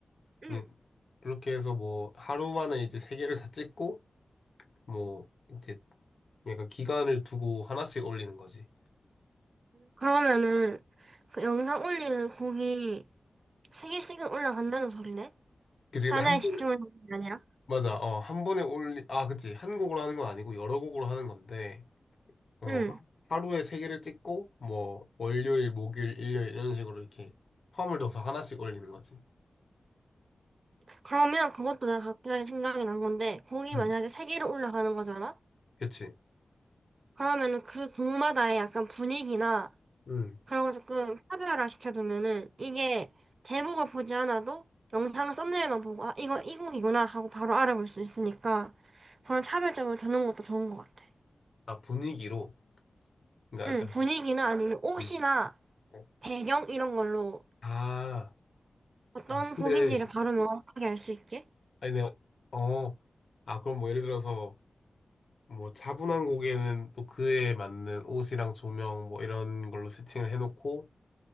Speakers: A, on the right (about 60°); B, on the left (about 60°).
A: 응.
B: 그냥 그렇게 해서 뭐, 하루 만에 이제 세 개를 다 찍고, 뭐, 이제 약간 기간을 두고 하나씩 올리는 거지.
A: 그러면은 그 영상 올리는 곡이 세 개씩은 올라간다는 소리네?
B: 그치,
A: 하나에
B: 근데 한
A: 집중
B: 번에,
A: 하는 게 아니라?
B: 맞아. 어, 한 번에 올리, 아, 그치. 한 곡으로 하는 건 아니고 여러 곡으로 하는 건데, 어,
A: 응.
B: 하- 하루에 세 개를 찍고, 뭐, 월요일, 목요일, 일요일, 이런 식으로 이렇게 허을둬서 하나씩 올리는 거지.
A: 그러면 그것도 내가 갑자기 생각이 난 건데, 곡이
B: 음.
A: 만약에 세 개로 올라가는 거잖아?
B: 그치?
A: 그러면은 그 곡마다의 약간 분위기나
B: 응.
A: 그런 거 조금 차별화 시켜두면은 이게 제목을 보지 않아도 영상 썸네일만 보고 아 이거 이곡이구나 하고 바로 알아볼 수 있으니까 그런 차별점을 두는 것도 좋은 것 같아.
B: 아, 분위기로. 그러니까
A: 응
B: 약간,
A: 분위기나 아니면 옷이나
B: 음. 음.
A: 배경 이런 걸로
B: 아,
A: 어떤
B: 아, 근데,
A: 곡인지를 바로 명확하게 알 수 있게.
B: 아니, 내가, 어, 아, 그럼 뭐 예를 들어서, 뭐 차분한 곡에는 또 그에 맞는 옷이랑 조명 뭐 이런 걸로 세팅을 해놓고,